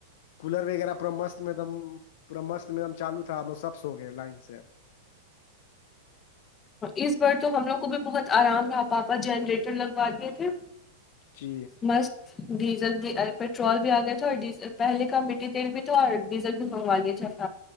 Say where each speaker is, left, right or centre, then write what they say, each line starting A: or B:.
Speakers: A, on the left (about 60°); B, on the left (about 25°).
A: کولر وغیرہ پورا مست میں دم پورا مست میں دم چالو تھا سب سو گئے لائن سے
B: اس بار تو ہم لوگ کو بھی بہت آرام رہا پاپا جنریٹر لگوا دیے تھے
A: جی
B: مست ڈیزل بھی پیٹرول بھی آ گئے تھے اور ڈیل پہلے کا میٹیھی تیل بھی تھا اور ڈیزل بھی منگوا لیے تھے